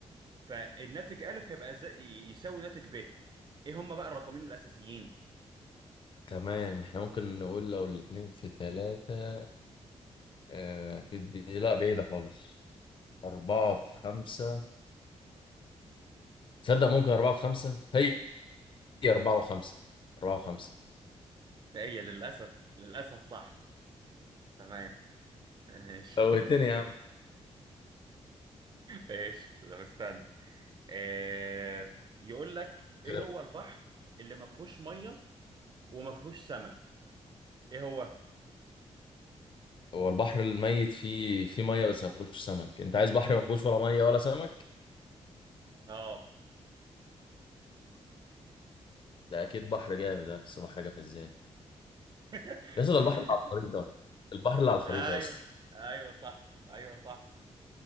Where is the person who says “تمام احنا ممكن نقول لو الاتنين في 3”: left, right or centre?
Left